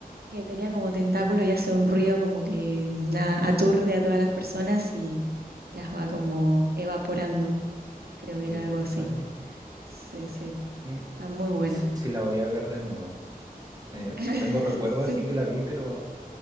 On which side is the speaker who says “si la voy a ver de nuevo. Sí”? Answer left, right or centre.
Right